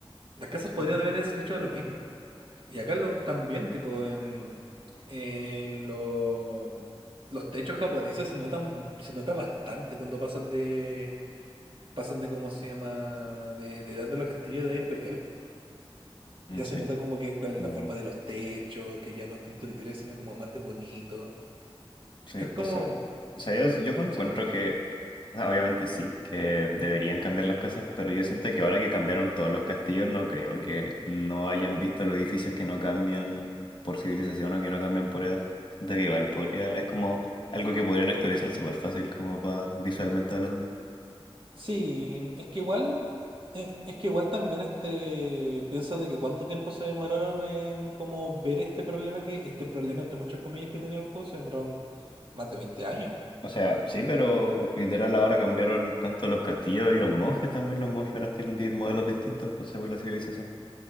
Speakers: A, on the right; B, on the left.
A: Las casas podrían
B: Sí, po.
A: haber es- hecho lo mismo. Y acá lo, también, tipo, en, en lo- los techos japoneses se notan, se nota bastante cuando pasan de, pasan de, ¿cómo se llama? De, de edad de los castillos de edad imperial.
B: Mm,
A: Ya se
B: Sí,
A: nota como que con
B: como,
A: la forma de los techos, que ya no es tanto literal, sino como más de bonito.
B: sí,
A: Es como,
B: o sea, o sea, yo, yo encuentro
A: sí.
B: que, o sea, obviamente sí, que deberían cambiar las casas, pero yo siento que ahora que cambiaron todos los castillos, no creo que no hayan visto los edificios que no cambian por civilización o que no cambian por edad. Siento que igual podría, es como algo que podrían actualizar súper fácil, como para visualmente hablando.
A: Sí, es que igual, eh, es que igual también este piensa de que cuánto tiempo se demoraron en como ver este problema que, este problema entre muchas comillas que tenía el juego, se demoraron más de veinte años.
B: O sea, sí, pero literal ahora cambiaron tanto los castillos y los monjes también. Los monjes ahora tienen di- modelos distintos pues, según la civilización.